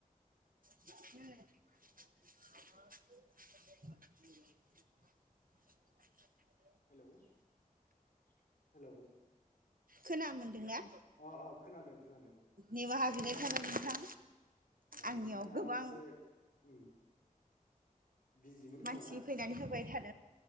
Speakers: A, on the right; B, on the left.
A: <inaudible>
B: हेलौ-हेलौ
A: खोना मोन्दोंना?
B: अ अ खोनादों खोनादों।
A: निमाहा
B: नोंथां
A: बिनाय थाबाय नोंथां
B: उम
A: आंनियाव
B: नोंथाङा
A: गोबां
B: एसे उम बिजिमोन खोमा
A: मानसि
B: ना
A: फैनानै होबाय थाद